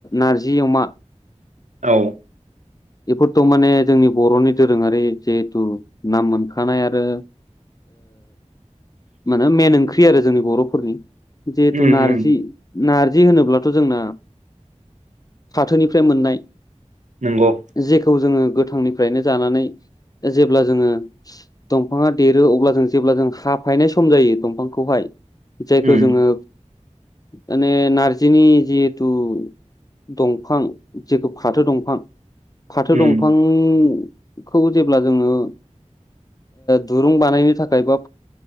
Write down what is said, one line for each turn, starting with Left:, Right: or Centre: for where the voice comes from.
Left: नारजि अमा
Right: औ
Left: बेफोरथ' माने जोंनि बर'नि दोरोङारि जिहेथु नाम मोनख थानाय आरो माने मेन ओंख्रि आरो जोंनि बर'फोरनि जेथु
Right: उम
Left: नारजि
Right: उम
Left: नारजि होनोब्लाथ' जोंना फाथोनिफ्राय मोननाय
Right: नंगौ
Left: जेखौ जोङो गोथांनिफ्रायनो जानानै जेब्ला जोङो दंफाङा देरो अब्ला जों जेब्ला जों हाफायनाय सम जायो दंफांखौहाय जायखौ
Right: उम
Left: जोङो माने नारजिनि जिहेथु दंफां जेखौ फाथो दंफां फाथो
Right: उम
Left: दंफांखौ जेब्ला जोङो दुरुं बानायनो थाखाय बा